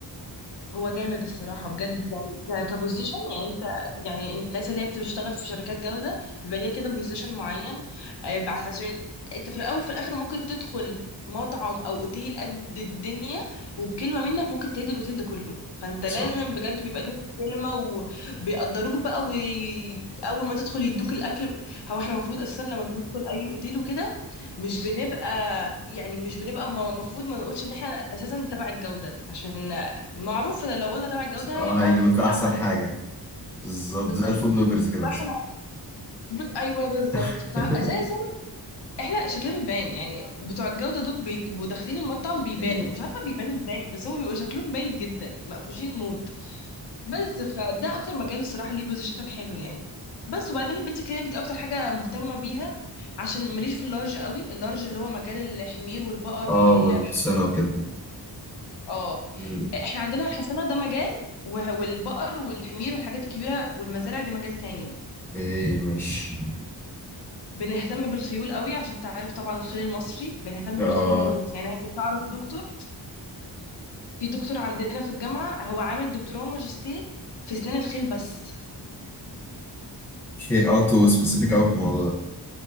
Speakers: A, on the left (about 65°); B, in the centre.
A: هو جامد الصراحة بجد يعني ك- كبوزيشن يعني انت يعني الناس اللي هي بتشتغل في شركات جودة بيبقى ليها كده بوزيشن معين آه، بع- عشان انت في الأول في الآخر ممكن تدخل مطعم أو أوتيل قد الدنيا وبكلمة منك ممكن تهدي الأوتيل ده كله فانت
B: صح
A: لازم بجد بيبقى ليك كلمة وبيقدروك بقى وأول ما تدخل يدوك الأكل هو احنا المفروض أساسا لما بندخل أي أوتيل وكده مش بنبقى يعني مش بنبقى المفروض ما نقولش ان احنا اساسا تبع الجوده عشان معروف ان لو قلنا تبع الجودة
B: اه
A: هيبقى
B: هيجيب
A: في
B: لكم احسن
A: تعاملات
B: حاجه بالظبط
A: بالظبط
B: زي الفود بلوجرز كده
A: فاحنا
B: مثلا
A: ب... ايوه بالظبط
B: <laughs>
A: فاساسا احنا شكلها بيبان يعني بتوع الجودة دول بيبقوا داخلين المطعم بيبانوا
B: مم.
A: مش عارفة بيبانوا ازاي بس هم بيبقوا شكلهم باين جدا مقفوشين موت بس فده اكتر مجال الصراحة ليه بوزيشن حلو يعني بس وبعدين البيت كلينك دي اكتر حاجة مهتمة بيها عشان ماليش في اللارج قوي اللارج اللي هو مجال الحمير والبقر
B: اه
A: والمزارع
B: والحصانه وكده
A: اه
B: مم.
A: احنا عندنا الحصانة ده مجال وه- والبقر والحمير والحاجات الكبيرة والمزارع دي مجال تاني
B: ايه ماشي
A: بنهتم بالخيول قوي عشان انت عارف طبعا الخيل المصري بنهتم بالخيول
B: اه
A: موت يعني انت تعرف دكتور في دكتور عندنا في الجامعة هو عامل دكتوراه وماجستير في اسنان الخيل بس
B: اوكي اه تو سبيسيفيك قوي في الموضوع ده